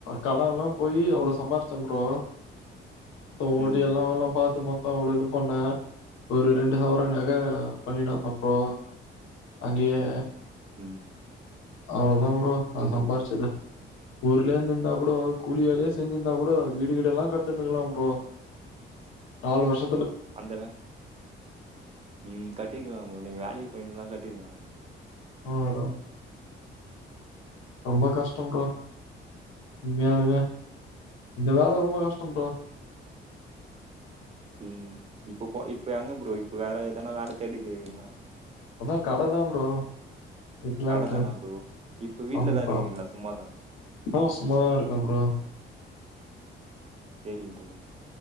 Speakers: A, on the left; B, on the right.
A: கடன்லா போயி‌ அவ்ளொ சம்பாரிச்டே ப்ரோ தோடு
B: ம்
A: எல்லா அவளா பாத்துப்பா த்த அவ்ள இது பண்ணே ஒரு ரெண்டு சவர நக பண்ணிடுவ அப்போ அங்கயே
B: ம்
A: அவ்ளதா ப்ரோ நா
B: சரி
A: சம்பார்ச்சது
B: ப்ரோ
A: ஊர்லயே இந்துந்தா கூட கூலி வேலயே செஞ்சிந்தா கூட வீடுக ல்லா கட்டிந்துங்களா ப்ரோ நாலு வருஷ
B: அந்தக ம் கட்டிக்குலா ப்ரோ நீங்க வேலைக்கு போயிர்ந்தனா கட்டிருக்கலா
A: ஆ ப்ரோ ரொம்ப கஷ்டம் ப்ரோ உண்மையாலுமே இந்த வேல ரொம்ப கஷ்டம் ப்ரோ
B: ம் இப்ப போ இப்ப எங்க ப்ரோ இப்ப வேற எதனா வேல தேடிட் இருக்கீங்ளா
A: அதா கடதா ப்ரோ வக்கெலான்ட்டு
B: கட தானா ப்ரோ வீட்ல
A: ஆ இப்ப
B: தா இருக்கிறீங்களா சும்மாதா
A: இப்ப நா சும்மாதா இருக்க ப்ரோ
B: சேரி ப்ரோ